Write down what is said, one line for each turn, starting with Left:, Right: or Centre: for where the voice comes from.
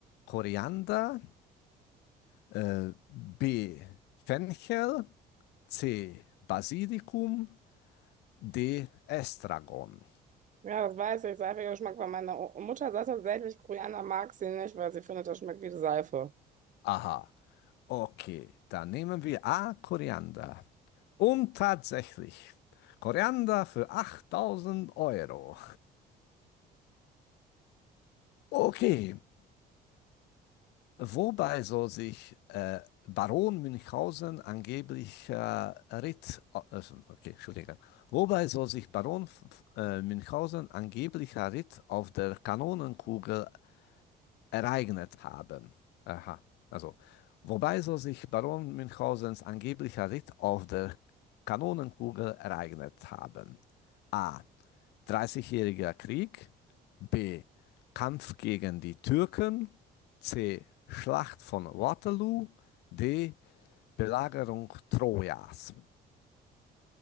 Left: Koriander. Äh, B. Fenchel. C. Basilikum. D. Estragon.
Right: Ja, das weiß ich. Seifiger Geschmack war meiner O- Mutter. Sagt tatsächlich, Koreaner mag sie nicht, weil sie findet, das schmeckt wie Seife.
Left: Aha, okay. Dann nehmen wir A. Koriander. Und tatsächlich, Koriander für 8000 Euro. Okay, wobei soll sich äh, Baron Münchhausen angeblich äh, Ritt, äh, okay, Entschuldigung. Wobei soll sich Baron äh, Münchhausen angeblicher Ritt auf der Kanonenkugel ereignet haben. Aha. Also, wobei so sich Baron Münchhausens angeblicher Ritt auf der Kanonenkugel ereignet haben. A. Dreißigjähriger Krieg. B. Kampf gegen die Türken. C. Schlacht von Waterloo. D. Belagerung Trojas.